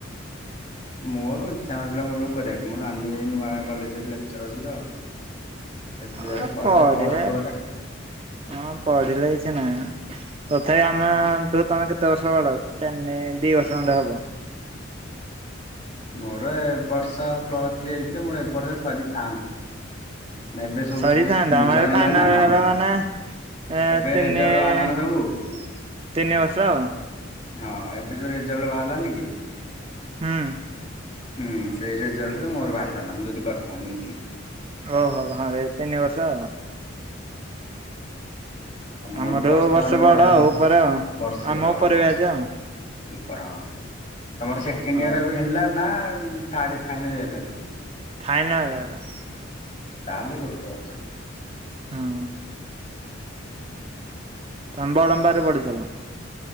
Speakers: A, on the left (about 35°); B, on the right (about 30°).
A: ମୋର ଇଚ୍ଛା ନଥିଲା ମୁଳୁରୁ କରିବାକୁ ମୋ ନାନୀ ନୂଆ କଲେଜରେ ଲେକ୍ଚର ଅଛି ତ ସେଥିପାଇଁ
B: ହଁ
A: କହିଲା
B: ପଢିବା
A: କର କର
B: ହଁ ପଢିଲେ କିଛି ନା ତଥାପି ଆମ ତମେ କେତେ ବର୍ଷ ବଡ ତିନିଦି ବର୍ଷ ଖଣ୍ଡେ ହବ?
A: ମୋର ଏବ ବର୍ଷ ପ୍ଲସ ଥ୍ରୀ ହେଇଥିଲେ ମୋର ଏବ ବର୍ଷ ସରିଥାନ୍ତା। ଏବେ ସବୁ
B: ସରିଥାନ୍ତା ଆମର
A: ସରିଲା
B: ଫାଇନାଲ
A: ନା ହଁ
B: ହେଲା ମାନେ
A: ଏବେ
B: ତିନି
A: ରେଜଲ୍ଟ ବାହାରିଲା ନା ସବୁ।
B: ତିନି ବର୍ଷ ଆଉ।
A: ହଁ ଏବେ ଯୋଉ ରେଜଲ୍ଟ ବାହାରିଲାନି କି?
B: ହୁଁ
A: ହୁଁ ସେଇ ରେଜଲ୍ଟ ରେ ମୋର ବାହାରିଥାନ୍ତା ମୁଁ ଯଦି କରିଥାନ୍ତା ମିଶିକି।
B: ଓ ହୋ ହଉ ତିନି ବର୍ଷ
A: ତମଠୁ
B: ଆମଠୁ
A: ବର୍ଷେ ଖଣ୍ଡେ ବଡ ହେବ
B: ଆଉ ଉପରେ ଆଉ
A: ବର୍ଷେ
B: ଆମ
A: ହଁ
B: ଉପରେ
A: ବର୍ଷେ
B: ବ୍ୟାଚ୍ ଆଉ
A: ଉପର ହଁ ତମର ସେକେଣ୍ଡ
B: ହଉ।
A: ଏୟର ଏବେ ହେଲା ନା ଥଡେ ଫାଇନଲ ଇୟର ହେଲା?
B: ଫାଇନାଲ ହେଲା।
A: ତା ହେଲେ ଗୋଟେ ବର୍ଷ।
B: ହଁ ତମେ ବଡ଼ମ୍ବାରେ ପଢୁଥିଲ?